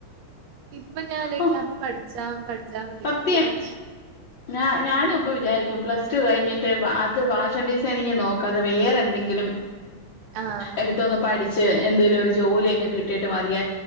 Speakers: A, on the right; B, on the left.
A: ഇപ്പൊ ഞലോക്ക
B: ഓ
A: അന്ന് പഠിച്ചാം പഠിച്ചാൽ മതി
B: സത്യം
A: എന്ന എന്നാ പിന്നെ
B: ഞാ ഞാനും ഇപ്പ വിചാരിക്കും പ്ലസ് ടു കഴിഞ്ഞിട്ട് അത് ഫാഷൻ ഡിസൈനി നോ ക്ക അത വേറെന്തെങ്കിലും
A: ആഹ്
B: എടുത്തൊന്ന് പഠിച്ച് എന്തെേലും ഒരു ജോലിയൊക്കെ കിട്ടിട്ട് മതിയ